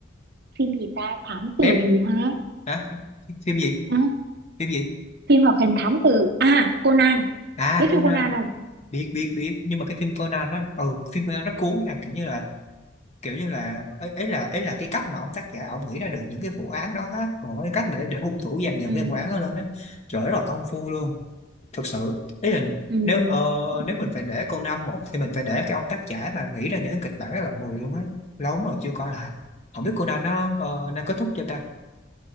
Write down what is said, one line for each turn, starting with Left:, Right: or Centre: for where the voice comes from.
Right: phim gì ta? Thám tử
Left: phép
Right: gì hả?
Left: hả phim gì
Right: À,
Left: phim gì
Right: phim hoạt hình thám tử à Conan.
Left: à
Right: Biết
Left: Conan
Right: phim Conan không?
Left: biết biết biết nhưng mà cái phim Conan nó ừ phim Conan nó cuốn nha kiểu như là kiểu như là ấy, ấy là ấy là cái cách mà ông tác giả ông nghĩ ra được những cái vụ án đó á còn cái cách để để hung thủ dàn dựng
Right: Ừ.
Left: cái vụ án đó lên á trời rất là công phu luôn thực sự ý là
Right: Ừ,
Left: nếu ờ,
Right: ừ,
Left: nếu mình phải để Conan một thì mình phải để cái ông tác giả mà nghĩ ra những kịch bản rất là mười luôn á lâu lắm rồi chưa coi lại không biết Conan nó ờ, nó kết thúc chưa ta